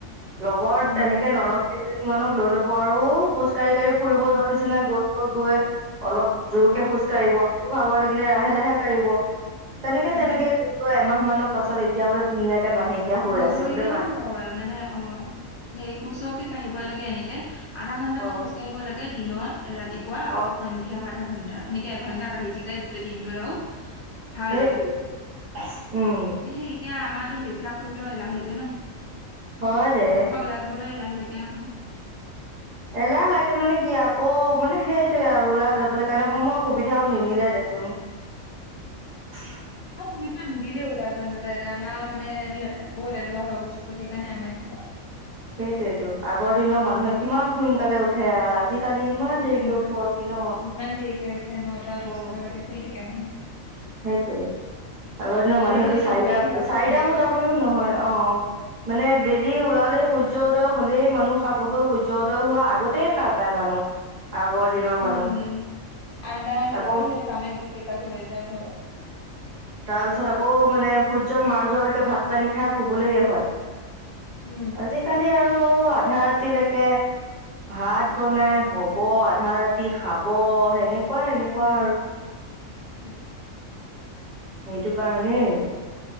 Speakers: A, on the right; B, on the left.
A: লগত
B: উম
A: এনেকে ননদ কেইজনী মানক লৈ ল'ব আৰু খোজ কঢ়ি কঢ়ি ফুৰিব
B: উম
A: যোৱাৰ নিচিনা গৈ গৈ অলপ জোৰকে
B: অ
A: খোজ কাঢ়িব ভাগৰ লাগিলে লাহে লাহে কাঢ়িব তেনেকে
B: উম
A: তেনেকে গুৰিগৈ এমাহ মানৰ পাছত এতিয়া বোলে ধুনীয়াকে মাহেকীয়া হৈ
B: নদৌৰিলেও
A: আছে বোলে মাহ
B: হয় মানে অ সেই সুচকে কাঢ়িবই লাগে এনেকে আধা ঘন্টা
A: অ
B: মান খোজকাঢ়িব লাগে দিনত ৰাতিপুৱা আকৌ
A: অ
B: সন্ধিয়া আধা ঘণ্টা। ঘন্টা এনেকে এঘন্টা কঢি দিল দে গোটেই দিনটোত আৰু ভাল
A: সেইটোৱে
B: অ
A: উম
B: সেই এতিয়া আমাৰ সেইবিলাক কৰিবলৈ এলাহ লাগে ন।
A: হয় দে
B: ঘৰৰ পৰা ওলাই যাবলৈ এলাহ লাগে এম
A: এলাহ লাগে মানে কি আকৌ মানে সেইটোয়ে আৰু ওলাই যাবলৈ কাৰণে সময় সুবিধাও নিমিলে দেচোন <unintelligible>
B: <unintelligible> মিলিলেও ওলাই যোৱা নাযায় দে আমাৰ মানে আমি বহুত এলেহুৱা হৈ গৈছোগৈ সেইকাৰণে আমাৰ এনেকুৱা।
A: সেইটোয়েইটো আগৰ দিনৰ মানুহে কিমান সোনকালে উঠে আৰু আজি কালি ইমান
B: উম
A: দেৰিকৈ উঠোঁ আমি ন?
B: ইমান দেৰিকে উঠে নটা দহটালৈকে
A: উম।
B: শুই থাকে মানুহ
A: সেইটোয়েই, আগৰ দিনৰ
B: আজিকালিতো
A: মানুহেটো চাৰিটা-
B: বোৱাৰী বিলাকো
A: চাৰিটা
B: তেনেকুৱাই
A: বজা বুলিও নহয় অ' মানে বেলি ওলালে, সূৰ্য উদয় হলেই মানুহ সাৰ পাবই, সূৰ্য উদয় হোৱা আগত তেই সাৰ পায় মানুহ আগৰ দিনৰ
B: উম
A: মানুহ
B: আঠটামান বজালে
A: আকৌ
B: সিহঁতে কামেই গোটেই গাল হৈ যায় ঘৰৰ।
A: তাৰ পিছত আকৌ মানে সূৰ্য মাৰ যোৱালৈকে ভাত পানী খাই শুবলৈ হয়।
B: উম
A: আজি কালি আৰু আধা ৰাতিলৈকে ভাত বনাই হ'ব। আধা ৰাতি খাব, এনেকুৱা এনেকুৱা
B: উম
A: আৰু
B: উম,
A: সেইটো কাৰণেই